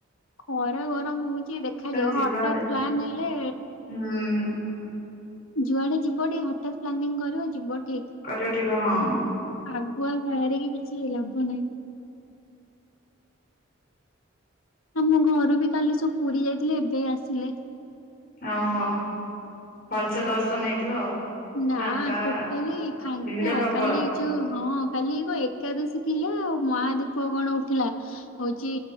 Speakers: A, on the left; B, on the left.
A: ଖରା ଗରମ ହଉଛି ଦେଖାଯାଉ
B: ଯିବା
A: ହଠାତ୍
B: ଦେଖା
A: ପ୍ଲାନ୍ ହେଲେ
B: ହୁଁ।
A: ଯୁଆଡେ ଯିବ ଟିକେ ହଠାତ୍ ପ୍ଲାନିଂ କରିବ ଯିବ ଠିକ୍
B: କରିବ ଠିକ ହଁ
A: ଆଗୁଆ ବାହାରିକି କିଛି ଲାଭ ନାହିଁ। ଆମ ଘରୁ ବି କାଲି ସବୁ ପୁରୀ ଯାଇଥିଲେ ଏବେ ଆସିଲେ।
B: ଅ ହ ଭଲସେ ଦର୍ଶନ ହେଇଥିବ ଆଉ।
A: ନା
B: ଫାଙ୍କା
A: ଟୋଟଲି ଫାଙ୍କା
B: ଭିଡ ପ୍ରବଳ
A: କାଲି। ଯୋ ହଁ କାଲି ଏକ ଏକାଦଶୀ ଥିଲା ଆଉ ମହାଦୀପ କଣ ଉଠିଲା ହଉଛି